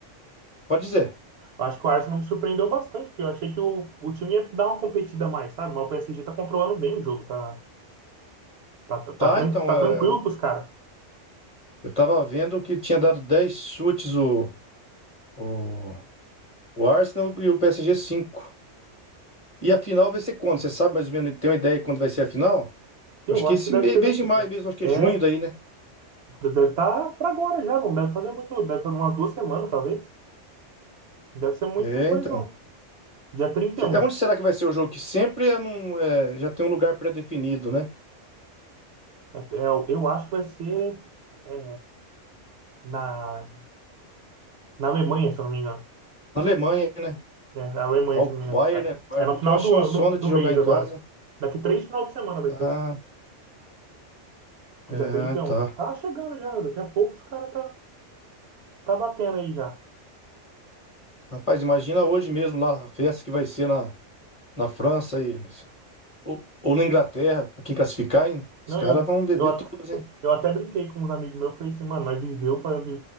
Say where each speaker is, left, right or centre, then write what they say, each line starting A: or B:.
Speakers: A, on the left; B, on the right.
A: pode dizer.
B: eu acho que o Arsenal me surpreendeu bastante, porque eu achei que o, o time ia dar uma competida a mais, sabe? Mas o PSG tá controlando bem o jogo, tá, tá, tá, tá,
A: Tá,
B: tran-
A: então,
B: tá
A: é,
B: tranquilo
A: eu,
B: pros caras.
A: eu tava vendo que tinha dado 10 chutes o, o, o Arsenal e o PSG cinco. E a final vai ser quando? Você sabe mais ou menos, tem uma ideia de quando vai ser a final?
B: Eu
A: Acho que
B: acho
A: esse
B: que deve
A: me-
B: ser
A: mês
B: daqui.
A: de maio mesmo, acho que
B: É,
A: é
B: é,
A: junho daí, né?
B: deve estar pra agora já, não deve fazer muito, deve fazer umas duas semanas, talvez. Não deve ser muito
A: É,
B: depois,
A: então.
B: não. Dia trinta
A: Se-
B: e um
A: é, Onde será que vai ser o jogo? Que sempre é num- é, já tem um lugar pré-definido, né?
B: É, eu, eu acho que vai ser é, na, na Alemanha, se eu não me engano.
A: Na Alemanha, né?
B: É, na Alemanha,
A: Ah, o
B: se eu não me
A: Bayern,
B: engano. É,
A: né? O Bayern
B: é no
A: pediu
B: final
A: uma chansona
B: do, ano- do,
A: de
B: do
A: jogar
B: mês
A: em
B: agora.
A: casa. hein?
B: Daqui três final de semana vai
A: Ah,
B: ser.
A: é,
B: Dia 31
A: tá.
B: Tá chegando já, daqui a pouco os caras tá, tá batendo aí já.
A: Rapaz, imagina hoje mesmo lá a festa que vai ser na, na França aí. Ou, ou na Inglaterra, pra quem classificar, hein? Os
B: Não,
A: caras
B: eu,
A: vão beber
B: eu,
A: todas, hein?
B: Eu até brinquei com uns amigos meus, falei assim, mano, nós viveu para